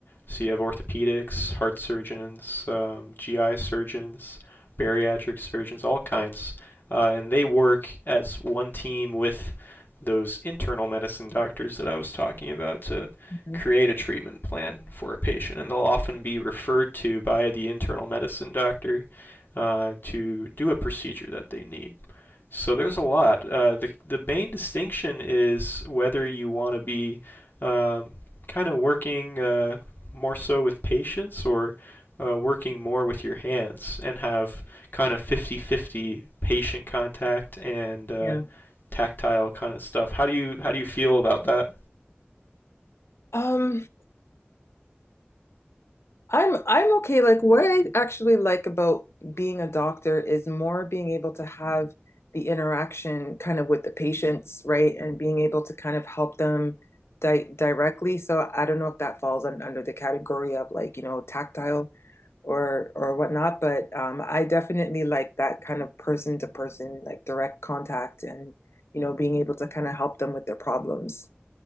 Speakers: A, on the left; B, on the left.
A: So you have orthopedics, heart surgeons, um, GI surgeons, bariatric surgeons, all kinds, uh, and they work as one team with those internal medicine doctors that I was talking about to
B: Mhm.
A: create a treatment plan for a patient, and they'll often be referred to by the internal medicine doctor uh, to do a procedure that they need. So there's a lot. Uh, the the main distinction is whether you want to be um, kind of working uh, more so with patience or uh, working more with your hands and have kind of fifty fifty patient contact and uh,
B: yeah
A: tactile kind of stuff. How do you how do you feel about that?
B: um I'm I'm okay. Like what I actually like about being a doctor is more being able to have the interaction kind of with the patients, right? And being able to kind of help them di directly. So I don't know if that falls un under the category of like, you know, tactile or or whatnot, but um, I definitely like that kind of person to person, like direct contact and, you know, being able to kind of help them with their problems.